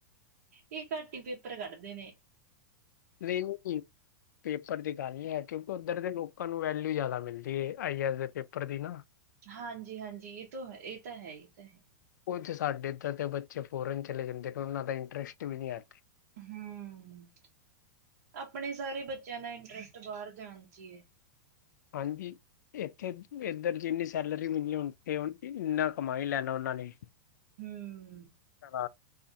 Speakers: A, on the right (about 50°); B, on the left (about 80°).
A: ਏਹ ਘੱਟ ਈ ਪੇਪਰ ਕੱਢਦੇ ਨੇ।
B: ਲੇਨੀ ਕਿਯੂ ਪੇਪਰ ਦੀ ਗੱਲ ਨਈ ਐ ਕਿਓਂਕਿ ਓਦਰ ਦੇ ਲੋਕਾਂ ਨੂੰ ਵੈਲਿਊ ਜ਼ਾਦਾ ਮਿਲਦੀ ਏ ਆਈ ਐੱਸ ਦੇ ਪੇਪਰ ਦੀ ਨਾ।
A: ਹਾਂਜੀ-ਹਾਂਜੀ ਯੇ ਤੋ ਹੈ, ਏ ਤਾਂ ਹੈ-ਏ ਤਾਂ ਹੈ।
B: ਕੁਝ ਸਾਡੇ ਇੱਦਰ ਦੇ ਬੱਚੇ ਫੋਰਨ ਚਲੇ ਜਾਂਦੇ ਨੇ ਓਨਾਂ ਦਾ ਇੰਟਰਸਟ ਵੀ ਨਈ ਐ।
A: ਹੂੰ, ਆਪਨੇ ਸਾਰੇ ਬੱਚਿਆਂ ਦਾ ਇੰਟਰਸਟ ਬਾਰ ਜਾਨ ਚ ਈ ਐ।
B: ਹਾਂਜੀ। ਏਥੇ ਇੱਦਰ ਜਿੰਨੀ ਸੈਲਰੀ ਮਿਲੀ ਐ ਹੁਨ ਤੇ ਇੰਨਾ ਕਮਾ ਈ ਲੈਨਾ ਓਨਾਂ ਨੇ।
A: ਹੂੰ
B: <unintelligible>